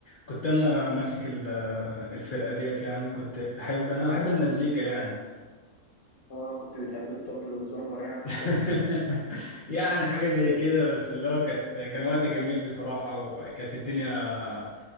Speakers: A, on the left; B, on the left.
A: كنت أنا ماسك ال- آه، الفرقة ديت يعني وكنت بحب أنا بحب المزيكا يعني
B: آه كنت بتحب تطبل وتزمر يعني الصبح
A: <laughs> يعني حاجة زي كده بس اللي هو كانت كان وقت جميل بصراحة وكانت الدنيا